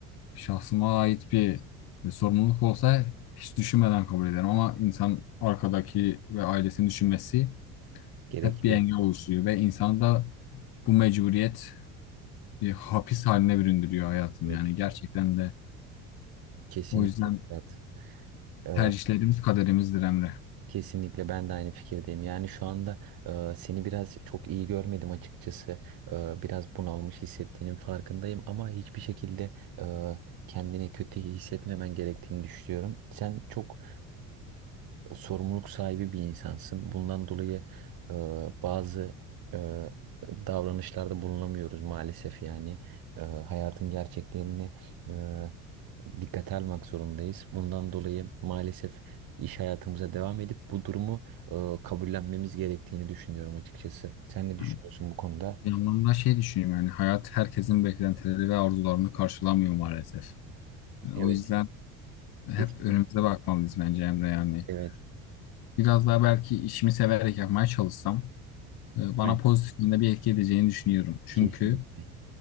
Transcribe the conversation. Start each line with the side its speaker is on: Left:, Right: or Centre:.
Left: şahsıma ait bir e, sorumluluk olsa hiç düşünmeden kabul ederim ama insan arkadaki ve ailesini düşünmesi
Right: gerekiyor.
Left: hep bir engel oluşturuyor ve insanı da bu mecburiyet bir hapis haline büründürüyor hayatını
Right: Evet,
Left: yani gerçekten de
Right: kesinlikle
Left: o yüzden
Right: Fırat. Ee,
Left: tercihlerimiz kaderimizdir Emre.
Right: Kesinlikle ben de aynı fikirdeyim. Yani şu anda e, seni biraz çok iyi görmedim açıkçası. E, biraz bunalmış hissettiğinin farkındayım ama hiçbir şekilde e, kendini kötü hissetmemen gerektiğini düşünüyorum. Sen çok e, sorumluluk sahibi bir insansın. Bundan dolayı e, bazı e, davranışlarda bulunamıyoruz maalesef yani. E, hayatın gerçeklerini e, dikkate almak zorundayız. Bundan dolayı maalesef iş hayatımıza devam edip bu durumu e, kabullenmemiz gerektiğini düşünüyorum açıkçası. Sen ne düşünüyorsun
Left: Yani
Right: bu konuda?
Left: bir anlamda şey düşünüyorum yani hayat herkesin beklentileri ve arzularını karşılamıyor maalesef. Yani
Right: Evet,
Left: o yüzden hep
Right: kesinlikle.
Left: önümüze bakmalıyız bence Emre yani.
Right: Evet,
Left: Biraz daha belki işimi severek yapmaya çalışsam e, bana
Right: değil mi?
Left: pozitif yönde bir etki edeceğini düşünüyorum. Çünkü
Right: Kesinlikle